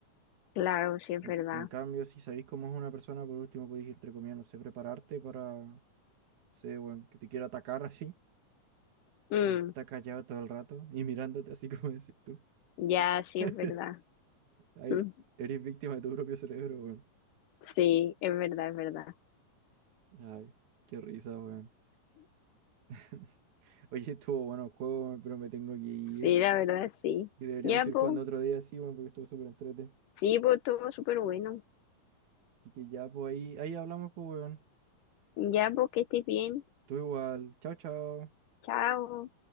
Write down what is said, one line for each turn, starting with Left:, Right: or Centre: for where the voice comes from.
Left: claro, sí es
Right: En,
Left: verdad.
Right: en cambio, si sabéis cómo es una persona, por último podéis, entre comillas, no sé, prepararte para, no sé, weón, que te quiera atacar así.
Left: Mm,
Right: Pero si está callado todo el rato y mirándote así como decís tú.
Left: ya, sí
Right: <laughs>
Left: es verdad. <laughs>
Right: Ahí
Left: Mm,
Right: eres víctima de tu propio cerebro, weón.
Left: sí, es verdad, es verdad.
Right: Ay, qué risa, weón. <laughs> Oye, estuvo bueno el juego, weón, pero me tengo que ir.
Left: Sí, la verdad, sí.
Right: Y deberíamos
Left: Ya,
Right: ir
Left: pues,
Right: jugando otro día, sí, weón, porque estuvo súper entrete.
Left: sí, pues, todo súper bueno.
Right: Así que ya, pues ahí, ahí hablamos, pues, weón.
Left: Ya, pues, que estés bien.
Right: Tú igual. Chao, chao.
Left: Chao.